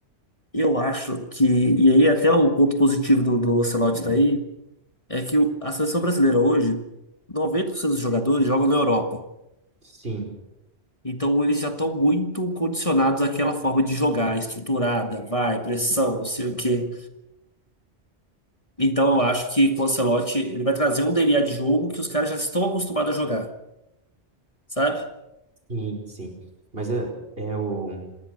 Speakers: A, on the left; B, on the right.
A: Eu acho que, e aí até o ponto positivo do, do Ancelotti tá aí, é que o- a seleção brasileira hoje, 90% dos jogadores jogam na Europa.
B: Sim,
A: Então eles já estão muito condicionados àquela forma de jogar, estruturada, vai, pressão, não sei o quê. Então eu acho que com o Ancelotti ele vai trazer um DNA de jogo que os caras já estão acostumados a jogar, sabe?
B: sim, sim. Mas é, é o.